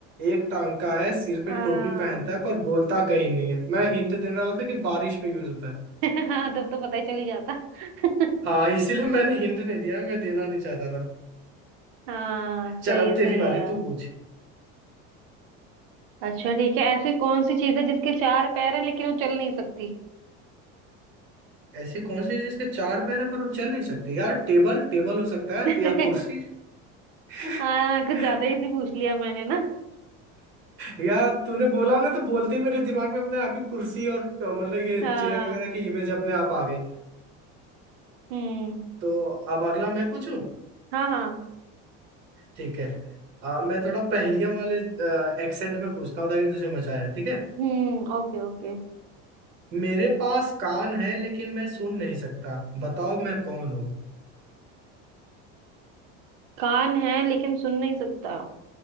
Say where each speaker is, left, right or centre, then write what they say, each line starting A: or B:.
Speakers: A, on the right (about 40°); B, on the right (about 65°).
A: एक टांग का है सिर
B: आ,
A: पे टोपी पहनता है पर बोलता कहीं नहीं है मैं हिंट देने वाला था कि बारिश में यूज होता है
B: <laughs> हाँ तब तो पता ही चली जाता <laughs>
A: हाँ इसीलिए मैंने हिंट नहीं दिया मैं देना नहीं चाहता था
B: हाँ सही
A: चल अब
B: है
A: तेरी
B: सही
A: बारी
B: है यार
A: तू पूछ
B: अच्छा ठीक है ऐसी कौन सी चीज है जिसके चार पैर हैं लेकिन वो चल नहीं सकती
A: ऐसी कौन सी है जिसके चार पैर है पर वो चल नहीं सकती यार टेबल टेबल हो सकता है
B: <laughs>
A: या कुर्सी <laughs>
B: आ, कुछ ज्यादा इजी पूछ लिया मैंने ना
A: यार तूने बोला ना तो बोलते ही मेरे दिमाग में अपने आप ही कुर्सी और अ, मतलब ये
B: हाँ
A: चेयर वगैरह की इमेज अपने आप आ गई
B: हम्म
A: तो अब अगला मैं पूछूं
B: हाँ हाँ
A: ठीक है अ, मैं थोड़ा पहेलियां वाले एक्सेंट में पूछता हूँ ताकि तुझे मजा आए ठीक है
B: हम्म Okay okay
A: मेरे पास कान है लेकिन मैं सुन नहीं सकता बताओ मैं कौन हूँ
B: कान है लेकिन सुन नहीं सकता